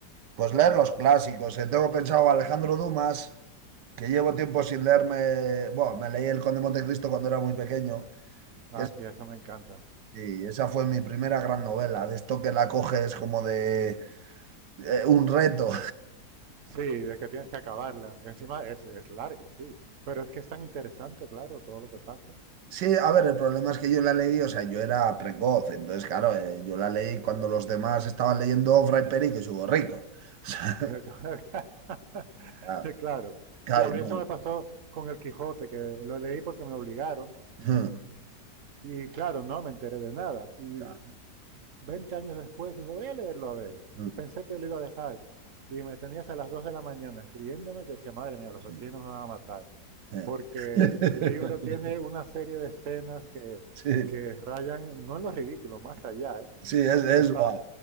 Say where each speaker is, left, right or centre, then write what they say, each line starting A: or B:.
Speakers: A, on the right (about 85°); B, on the right (about 50°).
A: pues leer los clásicos. Eh, Tengo pensado Alejandro Dumas, que llevo tiempo sin leerme, bueno, me leí El Conde de Montecristo cuando era muy pequeño,
B: Ah,
A: que es-
B: sí, eso me encanta.
A: y esa fue mi primera gran novela, de esto que la coges como de eh, un reto.
B: Sí, de que tienes que acabarla. Encima es, es larga, sí. Pero es que es tan interesante, claro, todo lo que pasa.
A: Sí, a ver, el problema es que yo la leí, o sea, yo era precoz, entonces, claro, eh, yo la leí cuando los demás estaban leyendo Fray Perico y su borrico. <laughs>
B: <laughs>
A: O sea,
B: Claro.
A: claro,
B: Sí, a mí
A: claro,
B: eso
A: y
B: me pasó con El Quijote, que lo leí porque me obligaron.
A: no,
B: en-
A: mm,
B: en- y claro, no me enteré de nada. Y
A: claro,
B: 20 años después dije, voy a leerlo a ver.
A: mm,
B: Y pensé que lo iba a dejar. Y me tenías a las 2 de la mañana riéndome que decía, madre mía, los vecinos
A: sí,
B: me van a matar.
A: eh.
B: Porque
A: <laughs>
B: el libro tiene una serie de escenas que,
A: Sí,
B: que rayan, no en lo ridículo, más allá, ¿eh?
A: sí, es, es
B: Y está
A: guay.